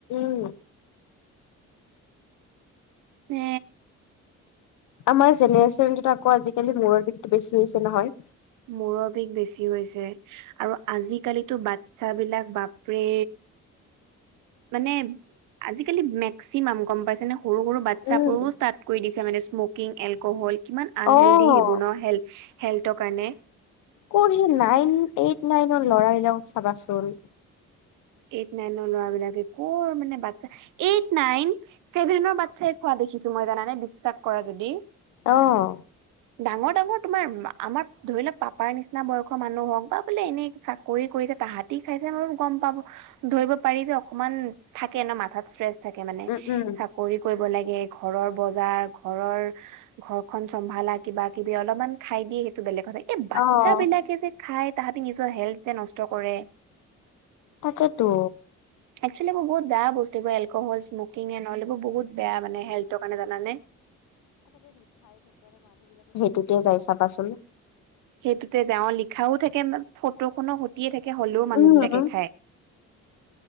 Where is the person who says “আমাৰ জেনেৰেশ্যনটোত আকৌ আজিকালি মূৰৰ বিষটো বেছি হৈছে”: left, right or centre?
Left